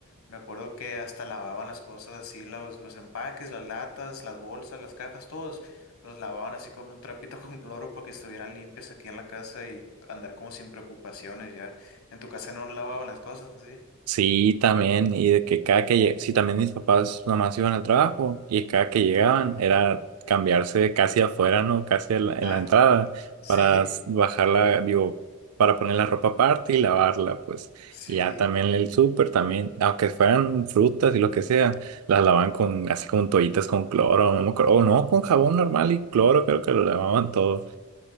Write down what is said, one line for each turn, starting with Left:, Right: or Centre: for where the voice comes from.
Left: Me acuerdo que hasta lavaban las cosas así, los, los empaques, las latas, las bolsas, las cajas, todos los lavaban así con un trapito <laughs> con cloro para que estuvieran limpias aquí en la casa y andar como sin preocupaciones ya. En tu casa no lavaban las cosas así.
Right: Sí, también, y de que cada que lleg- sí, también mis papás nomás iban al trabajo y cada que llegaban era cambiarse casi afuera, ¿no? Casi en la, en
Left: Ah,
Right: la entrada
Left: <laughs>
Right: para
Left: sí,
Right: s- bajarla, digo, para poner la ropa aparte y lavarla, pues.
Left: sí,
Right: Y ya también el súper también, aunque fueran frutas y lo que sea, las lavaban con, así como toallitas con cloro, no me acuerdo, o no, con jabón normal y cloro, creo que lo lavaban todo.